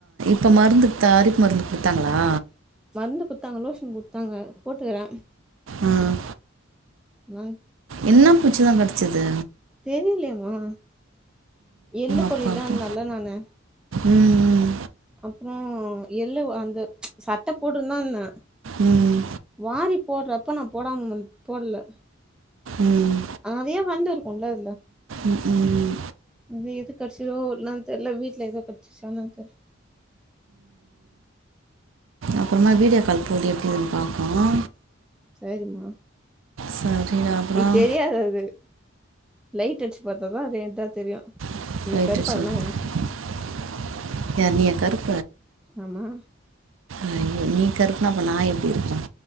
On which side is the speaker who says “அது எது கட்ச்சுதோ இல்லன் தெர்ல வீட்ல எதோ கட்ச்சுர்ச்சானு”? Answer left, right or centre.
Centre